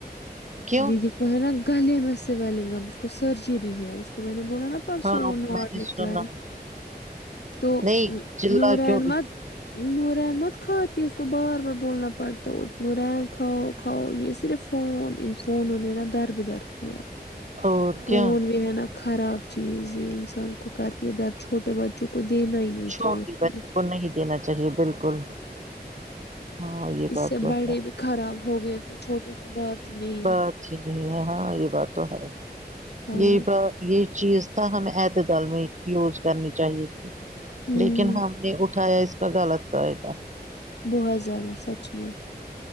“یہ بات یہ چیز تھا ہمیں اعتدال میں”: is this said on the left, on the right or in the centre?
Right